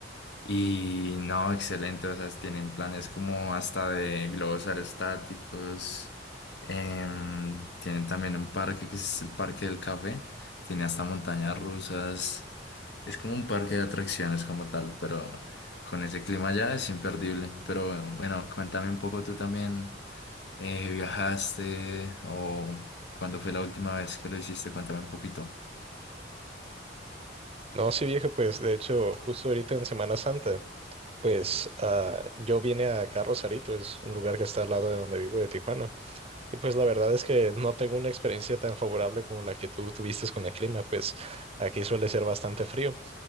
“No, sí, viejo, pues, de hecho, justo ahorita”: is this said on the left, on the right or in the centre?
Right